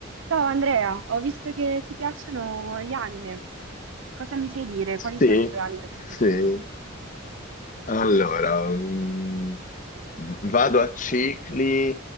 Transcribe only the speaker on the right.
Ciao Andrea, ho visto che ti piacciono gli anime. Cosa mi sai dire? Quali
sono i tuoi anime preferiti?